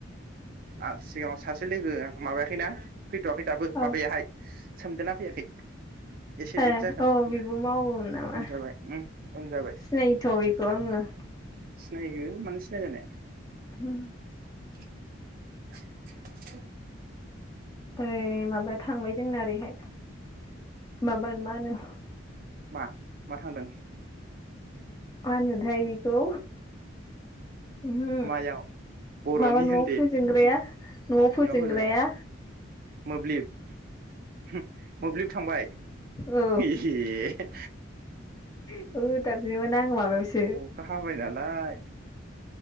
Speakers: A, on the right; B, on the left.
A: आरो सिगाङाव सासे लोगो माबायाखैना फैथ'वाखै दाबो
B: औ
A: माबायाहाय सोमदोना फैयाखै एसे
B: ए
A: लेट जागोन
B: औ
A: होनना
B: बेबो मावोमोन नामा
A: उन जाबाय उम उन जाबाय
B: सिनायोथ' बेखौ आङो।
A: सिनायो मानो सिनाया जानो?
B: होम।
A: <inaudible> <inaudible>
B: ओइ माबा थांबाय जोंना ओरैहाय माबा मा होनो
A: मा मा थांदों?
B: मा होनोथाय बेखौ? ओमहो
A: मायाव बर'नि
B: माबा न'आव
A: होनदे
B: फोजोंग्राया न'आव फोजोंग्राया
A: उनाव होनो मोब्लिब <inaudible> मोब्लिब थांबाय
B: औ
A: एह।
B: हो दाननोसैमोन आं माबायावसो
A: अखा हाबाय नालाय <inaudible>